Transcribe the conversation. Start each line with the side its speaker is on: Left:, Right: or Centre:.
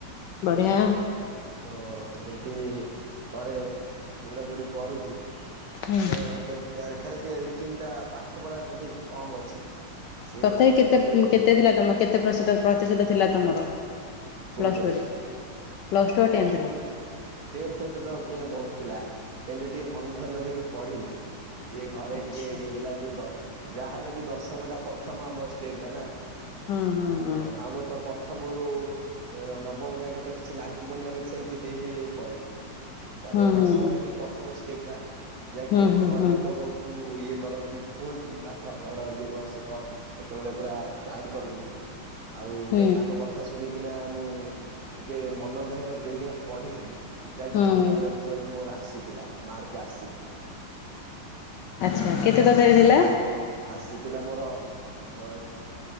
Left: ବଢିଆ।
Right: ତ ଏମିତି କରେ ଦୌଡ଼ା ଦୌଡ଼ି କରୁଛି।
Left: ହୁଁ।
Right: ତ ଖାଲି ଟିକେ ରିଟିନ ଟା ପାଠ ପଢା ଟା ଟିକେ କମ ଅଛି। ସେ
Left: ତଥାପି
Right: ଗୋଟେ ଖାଲି
Left: କେତେ
Right: ଟିକେ ହେଇଆ।
Left: କେତେ ଥିଲା ତମେ କେତେ ପ୍ରତିଶତ ପ୍ରତିଶତ ଥିଲା ତମର
Right: କୋଉଥିରେ,
Left: ପ୍ଲସ୍ ଟୁରେ?
Right: ପ୍ଲସ
Left: ପ୍ଲସ୍ ଟୁ ଆଉ ଟେନ୍ଥରେ
Right: ଟୁ ରେ ଟେନ୍ଥରେ ତ ଟ ବହୁତ ଥିଲା, ଟେନ୍ଥ ରେ ଟିକେ ମନ ଧ୍ୟାନ ଦେଇକି ପଢ଼ିଲି। ଟିକେ ଘରେ
Left: ଆଚ୍ଛା
Right: ଟିକେ ଇଏ ଦେଲା ଠୁ, ଯାହାହେଲେ ବି ଦଶମ ଟା ପ୍ରଥମ ଆମ ଷ୍ଟେପ ଟା ନା।
Left: ହୁଁ ହୁଁ
Right: ତ
Left: ହୁଁ।
Right: ଆମ ତପ ପ୍ରଥମ ରୁ ନବମ ଜାଙ୍କେ ତ କିଛି ଲାଗିବନି ଆମେ ସେମିତି ହେଇ ହେଇ ହେଇ ପଳେଇବୁ। ତାପରେ
Left: ହୁଁ
Right: ଦଶମଟା
Left: ହୁଁ ହୁଁ
Right: ହିଁ ପ୍ରଥମ ଷ୍ଟେପ୍ ଟା, ଯାହାକି
Left: ହୁଁ
Right: ଆମ
Left: ହୁଁ
Right: ଘର
Left: ହୁଁ
Right: ଲୋକ ବହୁତ ତୁ ଇଏ କରନ୍ତି, କୁହନ୍ତି ପାଠ ପଢ଼ ଇଏ କର ସେ କର। ସେତେବେଳେ ପୁରା ଗାଇଡ କରନ୍ତି, ଆଉ
Left: ହୁଁ
Right: ଯଦି ତାଙ୍କ କଥା କଥା ଶୁଣିକିନା ମୁଁ ଟିକେ ମନ ଧ୍ୟାନ ଦେଇକିନା ପଢିଥିଲି। ଯାହାକି
Left: ହୁଁ।
Right: ଭଲ ରେଜଲ୍ଟ ମୋର ଆସିଥିଲା, ମାର୍କ ଆସିଥିଲା।
Left: ଆଚ୍ଛା କେତେ ତଥାପି ଥିଲା?
Right: ତ ଆସିଥିଲା ମୋର, ଅ